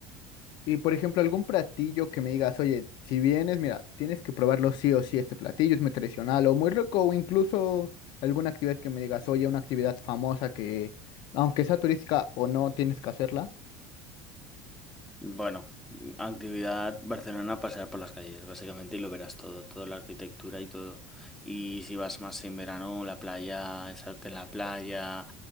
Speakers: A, on the left; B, in the centre.
A: Y por ejemplo, algún platillo que me digas, oye, si vienes, mira, tienes que probarlo sí o sí, este platillo es muy tradicional o muy rico, o incluso alguna actividad que me digas, oye, una actividad famosa que, aunque sea turística o no, tienes que hacerla.
B: Bueno, actividad Barcelona, pasear por las calles, básicamente, y lo verás todo, toda la arquitectura y todo. Y si vas más en verano, la playa, es arte en la playa,